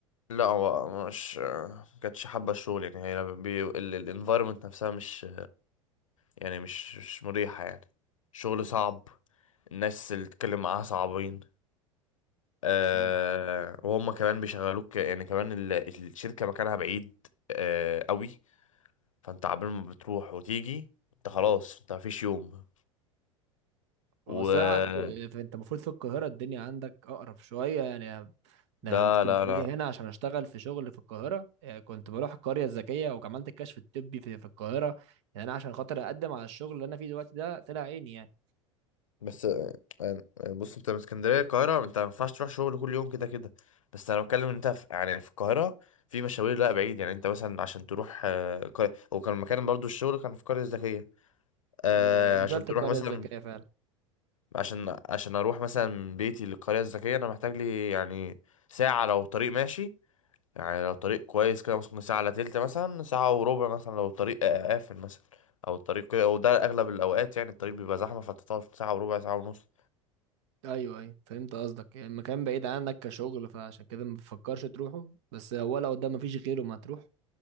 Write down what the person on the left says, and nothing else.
لا هو مش ما كانتش حابة الشغل يعني هي بي... الانفايرمنت نفسها مش يعني مش مش مريحة يعني شغل صعب الناس اللي تتكلم معاها صعبين أه...
وهم كمان بيشغلوك يعني كمان ال... الشركة مكانها بعيد أه... قوي فانت عبال ما بتروح وتيجي انت خلاص انت مفيش يوم
و
لا
لا لا
بس آه، آه، بص انت من اسكندريه القاهره انت ما ينفعش تروح شغل كل يوم كده كده بس انا بتكلم ان انت في يعني في القاهره في مشاوير لا بعيد يعني انت مثلا عشان تروح آه، القا- هو كان مكان برضو الشغل كان في القريه الذكيه آه،
عشان تروح
مثلا
عشان عشان اروح مثلا من بيتي للقريه الذكيه انا محتاج لي يعني ساعه لو طريق ماشي يعني لو طريق كويس كده ممكن ساعه الا تلت مثلا ساعه وربع مثلا لو الطريق آه، قافل مثلا او الطريق كده وده اغلب الاوقات يعني الطريق بيبقى زحمه فتطول في ساعه وربع ساعه ونص